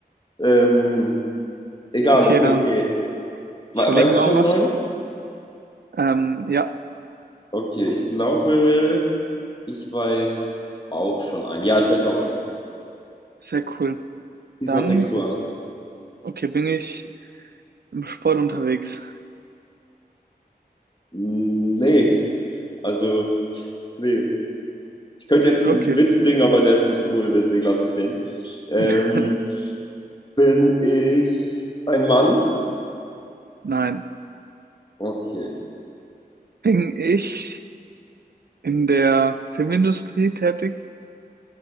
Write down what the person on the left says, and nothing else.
Ähm, egal,
okay,
okay. We
weißt
du schon
einen
neuen?
Okay, ich glaube, ich weiß auch schon einen. Ja, ich weiß auch einen.
Diesmal
fängst du an.
Mm, Nee, also, nee. Ich könnte jetzt
einen Witz bringen, aber der ist nicht cool, deswegen lass es den. Ähm,
bin ich ein Mann?
Okay.